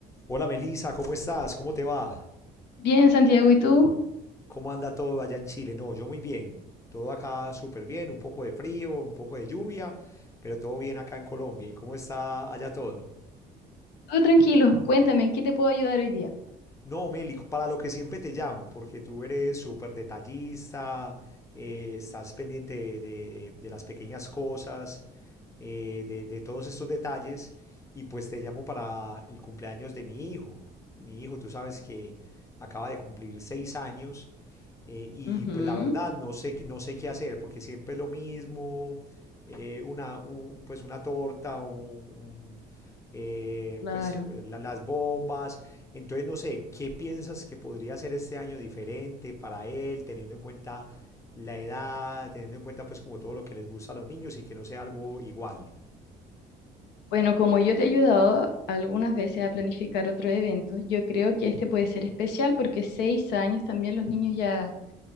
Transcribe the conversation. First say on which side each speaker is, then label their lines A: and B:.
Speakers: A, on the left (about 15°); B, on the left (about 80°).
A: Hola Melisa, ¿cómo estás? ¿Cómo te va?
B: Bien, Santiago, ¿y tú?
A: ¿Cómo anda todo allá en Chile? No, yo muy bien. Todo acá súper bien, un poco de frío, un poco de lluvia, pero todo bien acá en Colombia. ¿Y cómo está allá todo?
B: Todo tranquilo, cuéntame, ¿en qué te puedo ayudar hoy día?
A: No, Mélico, para lo que siempre te llamo, porque tú eres súper detallista, eh, estás pendiente de, de- de las pequeñas cosas, eh, de, de todos estos detalles, y pues te llamo para el cumpleaños de mi hijo. Mi hijo, tú sabes que acaba de cumplir seis años, eh, y
B: Ujú,
A: pues la verdad no sé, qué- no sé qué hacer, porque siempre es lo mismo, eh, una, un- pues una torta, un- eh,
B: claro.
A: pues eh, la- las bombas. Entonces, no sé, ¿qué piensas que podría ser este año diferente para él, teniendo en cuenta la edad, teniendo en cuenta pues como todo lo que les gusta a los niños y que no sea algo igual?
B: Bueno, como yo te he ayudado algunas veces a planificar otro evento, yo creo que este puede ser especial porque seis años también los niños ya